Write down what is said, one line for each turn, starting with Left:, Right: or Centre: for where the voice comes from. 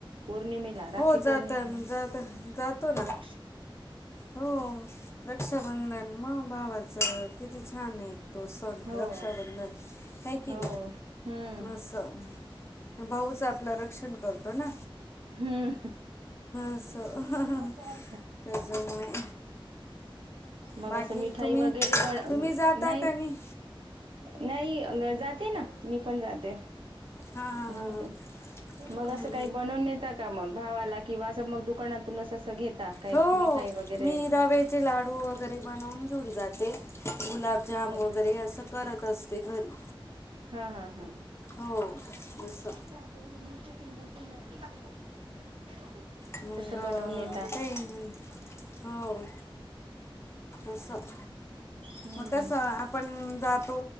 Right: पौर्णिमे ला
Left: हो
Right: राखी
Left: जात
Right: पौर्णिमेला..
Left: जात जातो ना
Right: रक्षा
Left: हो रक्षाबंधन मग भावाचं किती छान आहे तो सण
Right: हो
Left: रक्षा रक्षा बंधन हे की
Right: हो
Left: नाही.
Right: हम्म
Left: असं भाऊच आपलं रक्षण करतो ना.
Right: हं...
Left: असं
Right: हा...
Left: त्याच्यामुळे
Right: मग
Left: बाकी
Right: असं मिठाई
Left: तुम्ही
Right: वगैरे बन--नाही.
Left: तुम्ही जाता का नाही
Right: नाही जाते ना, मी पण जाते.
Left: हां हां
Right: मी
Left: हां हां
Right: पण, मग असं
Left: हम्म.
Right: काही बनवून नेत ता का मग भावाला किंवा असं मग दुकानातून असं असं घेता? काही
Left: हो
Right: मिठाई वगैरे
Left: मी रव्याचे लाडू वगैरे बनवून घेऊन जाते. गुलाबजाम
Right: हो
Left: वगैरे
Right: का
Left: हे असं करत असते घरी.
Right: हा.. हा.. हा..
Left: हो. असं
Right: <unintelligible>
Left: मंग
Right: बनवून नेता
Left: काहीं नाही हो असं
Right: हम्म
Left: म कसं आपण जातो